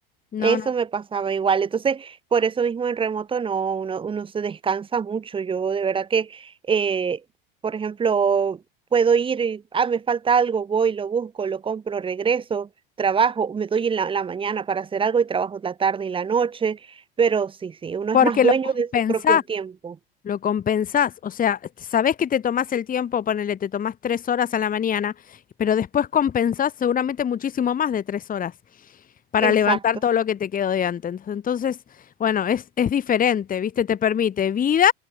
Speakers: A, on the left; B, on the right.
A: no,
B: Eso
A: no.
B: me pasaba igual. Entonces, por eso mismo en remoto no, uno, uno se descansa mucho. Yo de verdad que, eh, por ejemplo, puedo ir y, ah, me falta algo, voy, lo busco, lo compro, regreso, trabajo, me doy en la, la mañana para hacer algo y trabajo la tarde y la noche. Pero sí, sí, uno
A: Porque
B: es más dueño
A: lo compensás,
B: de su propio tiempo.
A: lo compensás. O sea, sabés que te tomás el tiempo, ponele, te tomás tres horas a la mañana, pero después compensás seguramente muchísimo más de tres horas para
B: Exacto.
A: levantar todo lo que te quedó de antes. Entonces, bueno, es, es diferente, ¿viste? Te permite vida